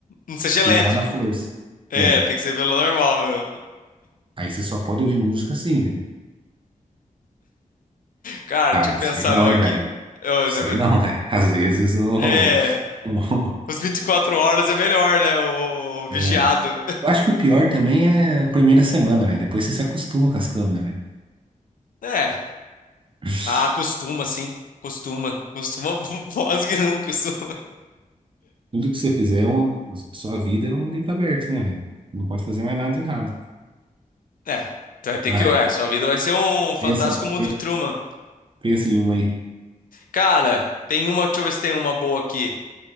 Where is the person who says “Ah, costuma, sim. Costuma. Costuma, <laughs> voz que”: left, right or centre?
Left